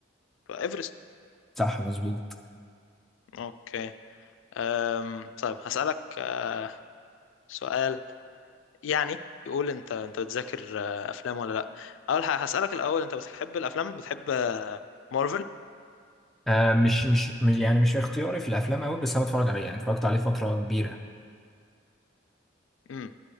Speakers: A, on the left; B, in the centre.
A: فايفرست
B: صح مظبوط
A: اوكي أم، طيب هسألك أه، سؤال يعني يقول انت انت بتذاكر أه، افلام ولا لا اول حاجة هسألك الاول انت بتحب الافلام بتحب أه، مارفل
B: آه مش مش مش- يعني مش اختياري في الافلام قوي بس انا بتفرج عليه يعني اتفرجت عليه فتره كبيره
A: امم